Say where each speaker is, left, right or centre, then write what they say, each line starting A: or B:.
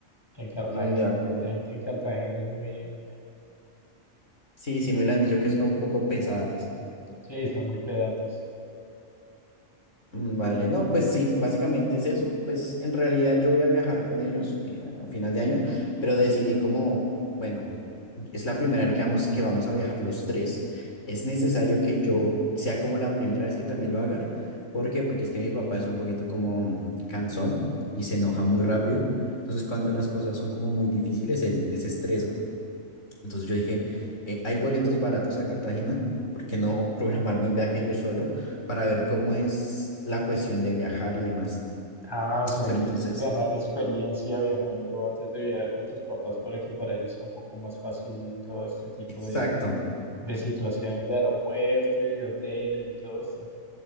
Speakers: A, on the left; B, on the left.
A: que en Cartagena.
B: mm, de acuerdo.
A: La gente en Cartagena es muy,
B: Sí, sí me lo han dicho que es como un poco pesadas.
A: sí, son muy pedantes.
B: Mm, Vale, no, pues sí, básicamente es eso. Pues en realidad yo voy a viajar con ellos eh, a final de año, pero decidí como, bueno, es la primera vez que vamos, que vamos a viajar los tres. Es necesario que yo sea como la primera vez que también lo haga. ¿Por qué? Porque es que mi papá es un poquito como mm, cansón y se enoja muy rápido. Entonces cuando las cosas son como muy difíciles, él, él se estresa. Entonces yo dije, eh, hay boletos baratos a Cartagena, ¿por qué no programarme un viaje yo solo para ver cómo es la cuestión de viajar y demás?
A: Ah, o sea,
B: Pero
A: quieres
B: entonces,
A: ganar experiencia viajando antes de viajar con tus papás para que para ellos sea un poco más fácil todo este tipo
B: exacto,
A: de, de situaciones de aeropuerto y de hoteles y todo esto.